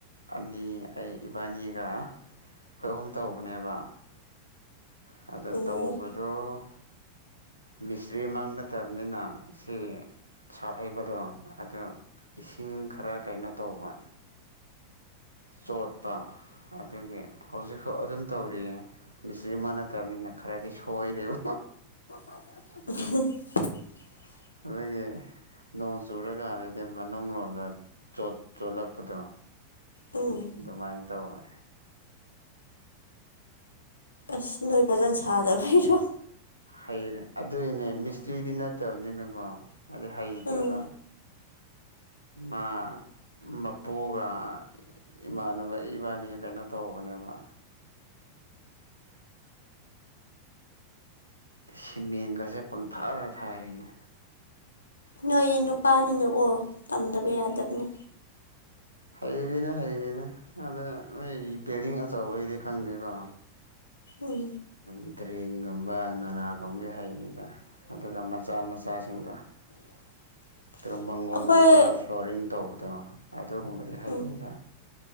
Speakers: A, on the right; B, on the left.
A: ꯑꯅꯤ ꯑꯩ ꯏꯕꯥꯅꯤ ꯒ ꯑꯩꯈꯣꯏ ꯑꯍꯨꯝ ꯇꯧꯕꯅꯦꯕ ꯑꯗ
B: ꯎꯝ
A: ꯇꯧꯕꯗꯨ ꯃꯤꯁꯇ꯭ꯔꯤ ꯃꯛ ꯅꯠꯇꯕꯅꯤꯅ ꯁꯦ ꯁꯥꯠ ꯍꯩꯕꯗꯣ ꯑꯗꯣ ꯏꯁꯤꯡ ꯈꯔ ꯀꯩꯅꯣ ꯇꯧꯕ ꯆꯣꯠꯄ ꯑꯗꯨꯒꯤ ꯍꯧꯖꯤꯛꯐꯥꯎ ꯑꯗꯨꯝ ꯇꯧꯔꯤꯌꯦ ꯃꯤꯁꯇ꯭ꯔꯤ ꯃꯛ ꯅꯠꯇꯕꯅꯤꯅ ꯈꯔꯗꯤ ꯁꯣꯏꯔꯦꯕ
B: <inaudible>
A: ꯑꯗꯨꯒꯤ ꯅꯣꯡ ꯆꯨꯔꯀꯥꯟꯗꯗꯤ ꯃꯅꯨꯡ ꯂꯣꯝꯗ ꯆꯣꯠ ꯆꫭꯠꯂꯛꯄꯗꯣ
B: ꯎꯝ
A: ꯑꯗꯨꯃꯥꯏꯅ ꯇꯧꯋꯦ
B: ꯑꯁ ꯅꯣꯏ ꯐꯖꯟ ꯁꯥꯗ ꯕꯩꯔꯣ
A: ꯍꯩꯔꯦ ꯑꯗꯨꯏꯅꯦ ꯃꯤꯁꯇ꯭ꯔꯤꯗꯤ ꯅꯠꯇꯕꯅꯤꯅꯀꯣ ꯍꯥꯏꯗꯤ ꯍꯩꯇꯦꯕ
B: ꯎꯝ
A: ꯃꯥ ꯃꯄꯨꯒ ꯏꯃꯥꯟꯅꯕ ꯏꯕꯥꯅꯤ ꯀꯩꯅꯣ ꯇꯧꯕꯅꯦꯕ ꯁꯤꯃꯦꯦꯟꯒꯁꯦ ꯄꯪꯊꯥ ꯊꯥꯔꯤꯅꯦ
B: ꯅꯣꯏꯒꯤ ꯅꯨꯄꯥꯅꯤꯅꯨꯀꯣ ꯇꯝꯗꯕ ꯌꯥꯗꯕꯅꯦ
A: ꯍꯩꯔꯦꯅꯦ ꯍꯩꯔꯦꯅꯦ ꯑꯗ ꯅꯣꯏ ꯕꯤꯜꯗꯤꯡ ꯑꯆꯧꯕꯩꯗꯤ ꯈꯪꯗꯦꯀꯣ
B: ꯎꯝ
A: ꯎ ꯏ ꯇ꯭ꯔꯦꯟꯒꯨꯝꯕ ꯅꯅꯥꯥꯒꯨꯝꯕ ꯍꯩꯉꯤꯗ ꯑꯗꯨꯒ ꯃꯆꯥ ꯃꯆꯥꯁꯤꯡꯗꯣ
B: <unintelligible>
A: ꯑꯗꯨꯒ ꯃꯪꯒꯣꯟꯒꯨꯝꯕ
B: ꯑꯩꯈꯣꯏ
A: ꯐ꯭ꯂꯣꯔꯤꯡ ꯇꯧꯕꯗꯣ ꯑꯗꯨꯒꯨꯝꯕꯗꯤ ꯍꯩꯅꯤꯤꯗ
B: ꯎꯝ